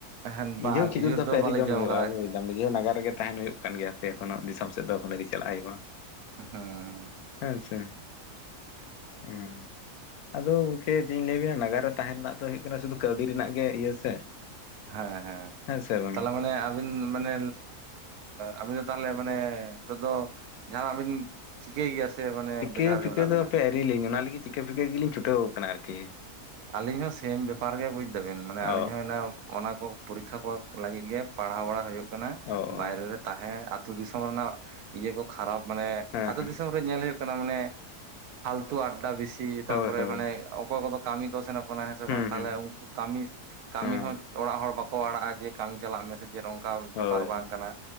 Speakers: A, on the right; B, on the left.
A: ᱦᱮᱸ ᱵᱟᱝ
B: ᱱᱤᱡᱮ ᱦᱚᱸ ᱠᱷᱤᱡᱩᱨ ᱫᱚ ᱦᱟᱯᱮ ᱟᱣᱨᱤᱨᱤ
A: ᱵᱟᱞᱮ
B: ᱡᱚᱢ ᱦᱩᱭᱩᱜᱼᱟ
A: ᱟᱠᱟᱫᱟ
B: ᱵᱩᱡ᱾ ᱱᱤᱡᱷᱮ ᱱᱟᱜᱟᱨ ᱨᱮᱜᱮ ᱛᱟᱦᱮᱸᱱ ᱦᱩᱭᱩᱜ ᱠᱟᱱ ᱜᱮᱭᱟ ᱥᱮ ᱮᱠᱷᱚᱱᱳ ᱫᱤᱥᱚᱢ ᱥᱮᱫ ᱫᱚ ᱦᱩᱱᱟᱹ ᱟᱣᱨᱤ ᱪᱟᱞᱟᱜ ᱦᱩᱭᱩᱜᱼᱟ᱾
A: ᱦᱮᱸ᱾
B: ᱦᱮᱸᱥᱮ ᱚ᱾ ᱟᱫᱚ ᱜᱚᱝᱠᱮ ᱪᱮᱫ ᱤᱧ ᱞᱟᱹᱭᱟᱵᱮᱱᱟ ᱱᱟᱜᱟᱨ ᱨᱮ ᱛᱟᱦᱮᱸᱱ ᱨᱮᱱᱟᱜ ᱫᱚ ᱦᱩᱭᱩᱜ ᱠᱟᱱᱟ ᱥᱩᱫᱩ ᱠᱟᱹᱣᱰᱤ ᱨᱮᱱᱟᱜ ᱜᱮ ᱤᱭᱟᱹ ᱥᱮ?
A: ᱦᱮᱸ ᱦᱮᱸ
B: ᱥᱮ ᱵᱟᱝ
A: ᱛᱟᱦᱞᱮ ᱢᱟᱱᱮ ᱟᱹᱵᱤᱱ ᱢᱟᱱᱮ ᱟᱹᱵᱤᱱ ᱫᱚ ᱛᱟᱦᱚᱞᱮ ᱢᱟᱱᱮ ᱱᱤᱛᱚᱜ ᱫᱚ ᱡᱟᱦᱟᱸᱱᱟᱜ ᱵᱤᱱ ᱪᱤᱠᱟᱹᱭ ᱜᱮᱭᱟ ᱥᱮ ᱢᱟᱱᱮ
B: ᱪᱤᱠᱟᱹ
A: ᱵᱮᱠᱟᱨ ᱜᱮ
B: ᱯᱤᱠᱟᱹ
A: ᱢᱮᱱᱟᱜ ᱵᱤᱱᱟ?
B: <unintelligible> ᱞᱤᱧ ᱚᱱᱟ ᱞᱟᱹᱜᱤᱫ ᱪᱤᱠᱟᱹ ᱯᱷᱤᱠᱟᱹ ᱜᱮᱞᱤᱧ ᱪᱷᱩᱟᱹᱣ ᱠᱟᱱᱟ ᱟᱨᱠᱤ᱾
A: ᱟᱹᱞᱤᱧ ᱦᱚᱸ ᱥᱮᱢ ᱵᱮᱯᱟᱨ ᱜᱮ ᱵᱩᱡ ᱫᱟᱹᱵᱤᱱ ᱢᱟᱱᱮ ᱟᱞᱤᱧ
B: ᱚ
A: ᱦᱚᱸ ᱚᱱᱟᱠᱚ ᱯᱚᱨᱤᱠᱠᱷᱟ ᱠᱚ ᱞᱟᱹᱜᱤᱫ ᱜᱮ ᱯᱟᱲᱦᱟᱣ ᱵᱟᱲᱟ ᱦᱩᱭᱩᱜ ᱠᱟᱱᱟ,
B: ᱚ ᱚ
A: ᱵᱟᱭᱨᱮ ᱨᱮ ᱛᱟᱦᱮᱸ ᱟᱹᱛᱩ ᱫᱤᱥᱚᱢ ᱨᱮᱱᱟᱜ ᱤᱭᱟᱹ ᱠᱚ ᱠᱷᱟᱨᱟᱯ ᱢᱟᱱᱮ
B: ᱦᱮᱸ
A: ᱟᱛᱳ
B: ᱦᱮᱸ
A: ᱫᱤᱥᱚᱢ ᱨᱮ ᱧᱮᱞ ᱦᱩᱭᱩᱜ ᱠᱟᱱᱟ ᱢᱟᱱᱮ ᱯᱷᱟᱞᱛᱩ ᱟᱰᱰᱟ ᱵᱮᱥᱤ ᱛᱟᱨᱯᱚᱨᱮ
B: ᱦᱳᱭ ᱦᱳᱭ
A: ᱢᱟᱱᱮ ᱚᱠᱚᱭ ᱠᱚᱫᱚ ᱠᱟᱹᱢᱤ ᱠᱚ ᱥᱮᱱᱚᱜ ᱠᱟᱱᱟ ᱥᱮ
B: ᱦᱩᱸ
A: ᱵᱟᱝ, ᱛᱟᱦᱚᱞᱮ
B: ᱦᱩᱸ
A: ᱩᱝᱠᱩ ᱠᱟᱹᱢᱤ ᱠᱟᱹᱢᱤ
B: ᱦᱮᱸ
A: ᱦᱚᱸ ᱚᱲᱟᱜ ᱦᱚᱲ ᱵᱟᱠᱚ ᱟᱲᱟᱜᱼᱟ ᱡᱮ ᱠᱟᱹᱢᱤ ᱪᱟᱞᱟᱜ ᱢᱮᱥᱮ ᱡᱮ ᱚᱱᱠᱟ
B: ᱦᱳᱭ
A: ᱵᱮᱯᱟᱨ
B: ᱦᱳᱭ
A: ᱵᱟᱝ ᱠᱟᱱᱟ